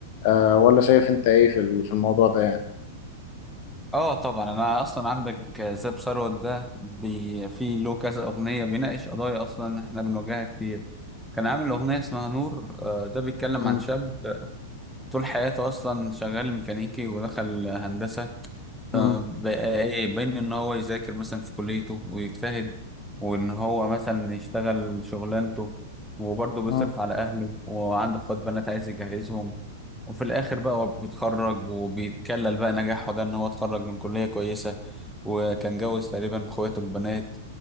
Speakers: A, on the left (about 45°); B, in the centre.
A: آه ولا شايف أنت إيه في ال- في الموضوع ده يعني؟
B: اه طبعا انا اصلا عندك زاب ثروت ده بي في له كذا اغنيه بيناقش قضايا اصلا احنا بنواجهها كتير كان عامل اغنيه اسمها نور آه، ده بيتكلم
A: مم،
B: عن شاب طول حياته اصلا شغال ميكانيكي ودخل هندسه
A: مم،
B: بقى ايه بين ان هو يذاكر مثلا في كليته ويجتهد وان هو مثلا يشتغل شغلانته وبرضه بيصرف
A: مم،
B: على اهله وعنده اخوات بنات عايز يجهزهم وفي الاخر بقى هو بيتخرج وبيتكلل بقى نجاحه ده ان هو اتخرج من كلية كويسة وكان جوز تقريبا اخواته البنات